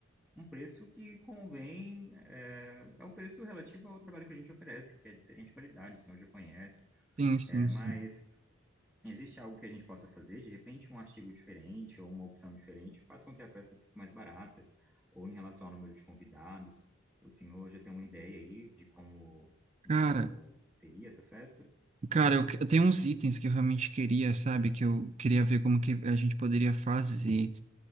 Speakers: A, in the centre; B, on the right (about 30°).
A: um preço que convém, é, é o preço relativo ao trabalho que a gente oferece, que é de excelente qualidade, o senhor já conhece.
B: Sim, sim,
A: É,
B: sim.
A: mas Existe algo que a gente possa fazer? De repente, um artigo diferente ou uma opção diferente faz com que a festa fique mais barata, ou em relação ao número de convidados. O senhor já tem uma ideia aí de como, de
B: Cara,
A: como seria essa festa?
B: cara, eu, que- eu tenho uns itens que eu realmente queria, sabe? Que eu queria ver como que a gente poderia fazer.